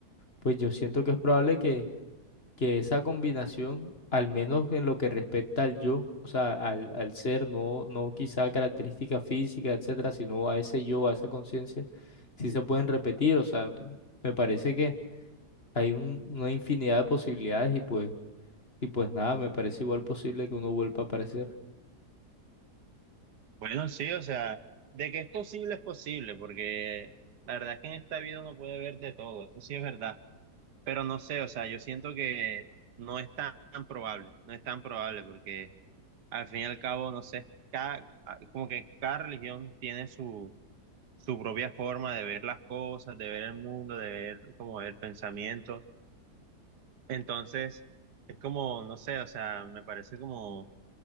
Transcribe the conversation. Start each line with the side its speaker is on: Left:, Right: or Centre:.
Left: pues yo siento que es probable que, que esa combinación, al menos en lo que respecta al yo, o sea, al, al ser, no, no quizá a características físicas, etcétera, sino a ese yo, a esa conciencia, sí se pueden repetir, o sea, me parece que hay un- una infinidad de posibilidades y pues y pues nada, me parece igual posible que uno vuelva a aparecer.
Right: Bueno, sí, o sea, de que es posible, es posible, porque la verdad es que en esta vida uno puede ver de todo, eso sí es verdad. Pero no sé, o sea, yo siento que no es tan, tan probable, no es tan probable, porque al fin y al cabo, no sé, cada, a- como que cada religión tiene su, su propia forma de ver las cosas, de ver el mundo, de ver como el pensamiento. Entonces, es como, no sé, o sea, me parece como,